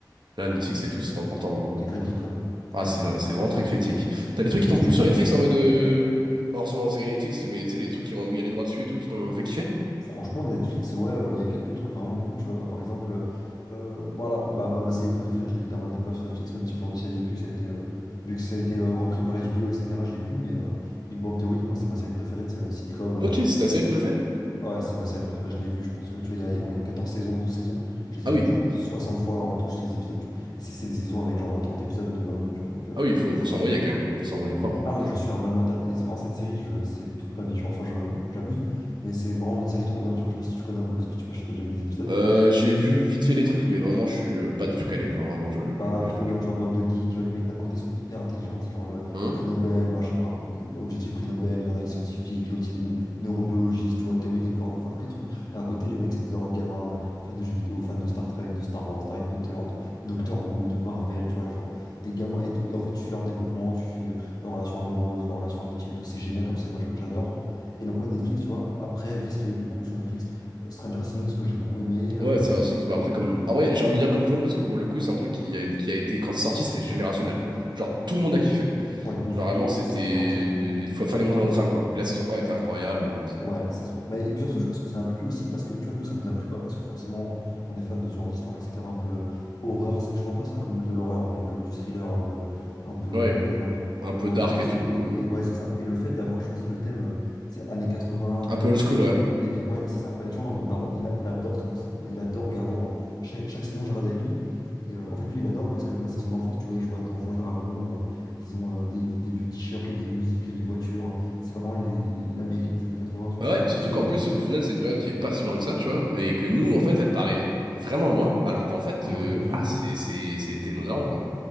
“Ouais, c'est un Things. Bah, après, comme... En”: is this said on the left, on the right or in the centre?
Right